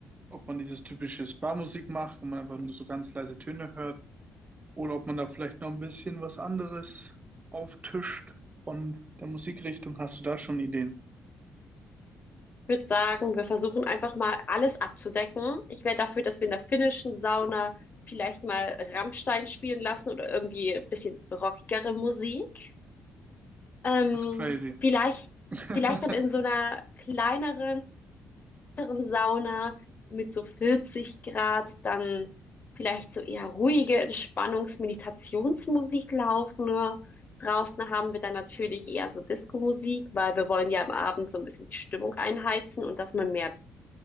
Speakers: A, on the right (about 30°); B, on the left (about 40°).
A: ob man dieses typische Spa-Musik macht, wo man einfach nur so ganz leise Töne hört, oder ob man da vielleicht noch ein bisschen was anderes auftischt von der Musikrichtung. Hast du da schon Ideen?
B: Ich würde sagen, wir versuchen einfach mal alles abzudecken. Ich wäre dafür, dass wir in der finnischen Sauna vielleicht mal Rammstein spielen lassen oder irgendwie ein bisschen rockigere Musik. Ähm,
A: Das ist crazy.
B: vielleicht, vielleicht
A: <laughs>
B: dann in so einer kleineren Sauna mit so 40 Grad, dann vielleicht so eher ruhige Entspannungs-Meditationsmusik laufen. Ne? Draußen haben wir dann natürlich eher so Disco-Musik, weil wir wollen ja am Abend so ein bisschen die Stimmung einheizen und dass man mehr